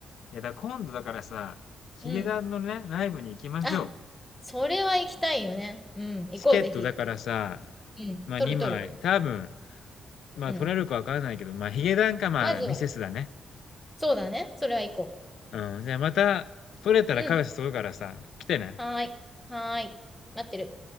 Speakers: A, on the left; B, in the centre.
A: や、だから今度だからさ、ヒゲダンのね、
B: うん。
A: ライブに行きましょう。
B: あ、それは行きたいよね。うん、行こう、
A: チケットだからさ、
B: ぜひ。うん、
A: まあ2枚、
B: 取る取る。
A: 多分、まあ取れるかわかんないけど、
B: うん。
A: まあヒゲダンかまあミセスだね。
B: まずは、そうだね、それは行こ
A: うん、じゃあまた取れたらカフェ誘うからさ、
B: う。うん、
A: 来てね。
B: はーい、はーい、待ってる。